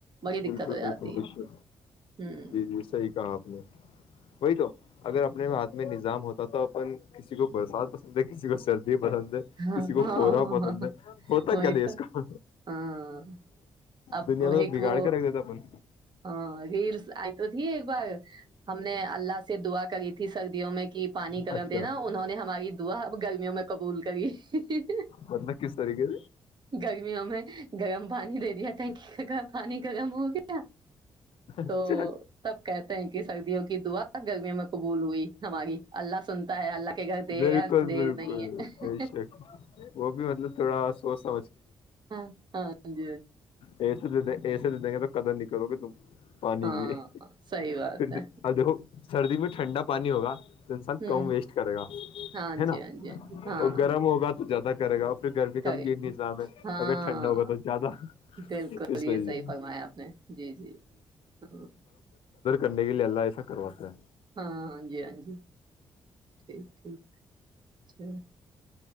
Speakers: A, on the right; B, on the left.
A: بڑی
B: بالکل
A: دقت ہو جاتی
B: بالکل بالکل
A: ہے ہ <unintelligible>
B: جی جی صحیح کہا آپ نے وہی تو اگر اپنے میں ہات <unintelligible> میں نظام ہوتا تھا اپن کسی کو برسات پسند ہے کسی کو سر <unintelligible> بھی پسند ہے
A: ہاں
B: کسی کو
A: ہاں
B: کورا پسند ہے <unintelligible>
A: وہی تو
B: کا
A: ہاں اب
B: دنیا کو تو
A: ایک
B: بگاڑ
A: وہ
B: کے رکھ دیتا اپن
A: ہاں ریلس آئی تو تھی ایک بار ہم نے اللہ سے دعا کری تھی سرد <unintelligible> میں کہ <unintelligible> پانی گغم
B: اچھا
A: دینا انہوں نے ہماری <unintelligible> ہوا اب گرمیوں میں قبول <unintelligible> ک <unintelligible>
B: پدناکس تاریخ <unintelligible>
A: گرمیوں میں گرم پانی دے دیا <unintelligible> ٹنکی کا کام پانی کا کم ہو گیا <unintelligible> تو
B: اچھا
A: تب کہتے ہیں کہ سردیوں کی دعا گرمیوں میں قبول ہوئی ہماری اللہ سنتا ہے اللہ ک دھا
B: بالکل
A: ان دگ
B: بالکل
A: نہیں ہے
B: بے وہ بھی مطلب تھوڑا تو سا
A: ہاں ہاں ج
B: یہس ج پے د دیں گے تو قدر نکلو گے تم پانی
A: ہاں
B: کی
A: صحیح بات
B: پھر
A: ہے
B: دیکھو سردی میں ٹھنڈا پانی ہوگا تو انسان
A: ہوں
B: کم ویسٹ کرے گا
A: ہاں
B: ہے
A: جی
B: نا
A: ہاں جی ہاں جی ہاں
B: اور گرم ہوگا تو زیادہ پاگاف پھر گرمی کا
A: کرے
B: بھی یہی نظام ہے
A: ہاں
B: اگر ٹھنڈا ہوگا تو زیادہ
A: بالکل
B: اس
A: یہ
B: وجہ سے
A: صحیح فرمایا آپ نے جی جی ہ
B: چڈے گ لی اللہا ایسا کرو ہے
A: ہاں ہاں جی ہاں جی ٹھیک ٹھیک چ